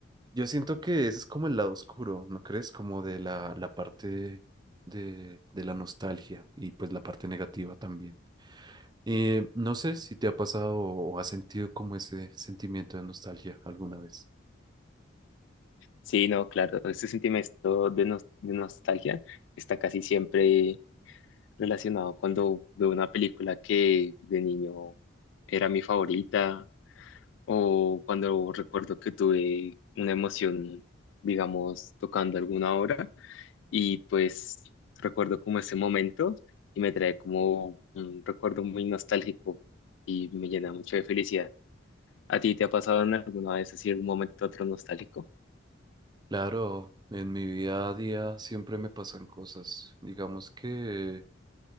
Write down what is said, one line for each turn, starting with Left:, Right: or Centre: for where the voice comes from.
Right: yo siento que ese es como el lado oscuro, ¿no crees? Como de la, la parte de, de la nostalgia y pues la parte negativa también. Eh, no sé si te ha pasado o has sentido como ese sentimiento de nostalgia alguna vez.
Left: Sí, no, claro, ese sentimiento de, nos- de nostalgia está casi siempre relacionado cuando veo una película que de niño era mi favorita o cuando recuerdo que tuve una emoción, digamos, tocando alguna obra y pues recuerdo como ese momento y me trae como un recuerdo muy nostálgico y me llena mucho de felicidad. ¿A ti te ha pasado en alguna vez así algún momento otro nostálgico?
Right: Claro, en mi vida a día siempre me pasan cosas. Digamos que